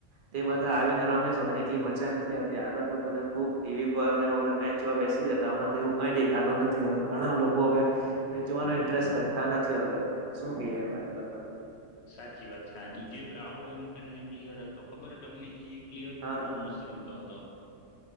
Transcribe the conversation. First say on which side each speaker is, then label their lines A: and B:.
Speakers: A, on the right (about 50°); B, on the left (about 65°).
A: તે બધા આવીને રમે છે. પણ એટલી મજા નથી આવતી. આગળ તો બધા ખુબ ટીવી પર નેએવા બધા મેચ જોવા બેસી જતા હમણાં તો એવું કઈ દેખાતું નથી. હવે ઘણા લોકો હવે મેચ જોવાનો ઇન્ટરેસ્ટ રખતા નથી. હવે શું કે આ વાત પર હવે.
B: સાચી વાત છે. આ ડીજે બ્રાવો એમ કરીને પ્લીયર હતો ખબર તમને એક પ્લેયર પી
A: હા
B: બહુ મસ્ત રમતો હતો.